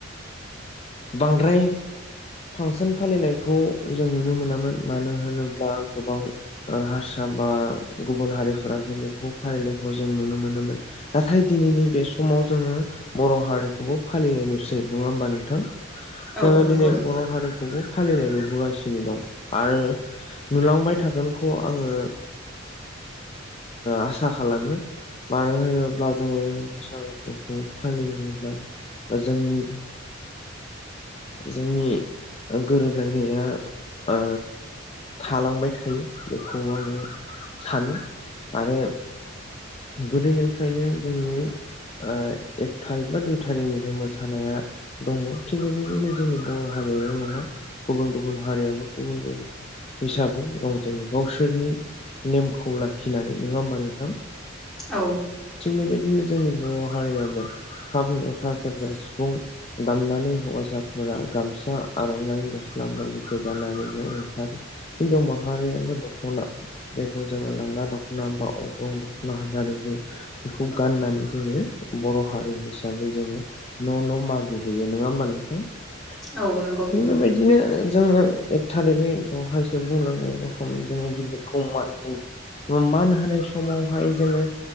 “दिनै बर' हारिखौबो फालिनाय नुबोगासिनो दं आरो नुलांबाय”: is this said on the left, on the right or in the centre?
Left